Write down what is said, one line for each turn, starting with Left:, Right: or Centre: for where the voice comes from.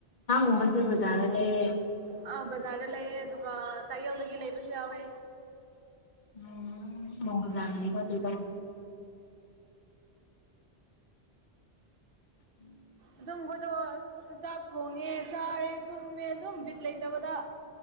Left: ꯎꯕꯗꯕꯨꯖꯥꯅ ꯂꯩꯔꯦ
Right: ꯑ ꯕꯖꯥꯔꯗ ꯂꯩꯌꯦ ꯑꯗꯨꯒ ꯇꯥꯛꯌꯦꯜꯗꯒꯤ ꯂꯩꯕꯁꯨ ꯌꯥꯎꯋꯦ
Left: ꯎꯝ ꯃꯕꯨꯖꯅ ꯇꯗ ꯎꯝ
Right: ꯑꯗꯨꯝ ꯃꯣꯏꯗꯣ ꯆꯥꯛ ꯊꯣꯡꯉꯦ ꯆꯥꯔꯦ ꯇꯨꯝꯃꯦ ꯑꯗꯨꯝ ꯕꯤꯠ ꯂꯩꯇꯕꯗ